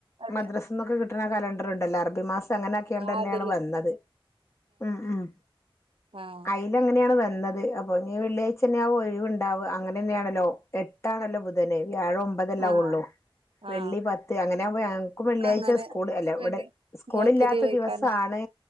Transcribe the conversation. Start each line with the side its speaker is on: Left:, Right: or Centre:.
Right: അതെ
Left: മദ്രസ് ന്നൊക്കെ കിട്ട്ണ കലണ്ടറ്ണ്ടല്ലോ. അർബി മാസം അങ്ങനാക്കിയണ്ടെന്നേണ്
Right: ആതില്
Left: വന്നത് ഉം ഉം
Right: ആഹ്
Left: അയ്ലങ്ങനേണ് വന്നത് അപ്പൊഞ്ഞ് വെള്ളിയാഴ്ച്ചന്നെയാവും ഒഴിവ്ണ്ടാവ അങ്ങനെന്നെയാണല്ലോ എട്ടാണല്ലോ ബുധന് വ്യാഴം ഒമ്പതല്ലെ
Right: ആ
Left: ആവൊള്ളൂ വെള്ളി
Right: ആ
Left: പത്ത് അങ്ങനാവുമ്പ ഞങ്ങക്കും വെള്ളിയാഴ്ച
Right: അങ്ങനെ
Left: സ്കൂള് അല്ല ഇവ്ടെ
Right: വെള്ളി
Left: സ്കൂള്ല്ലാത്ത
Right: ഇങ്ങക്ക് ലീവെയ്ക്കാരം
Left: ദിവസാണ്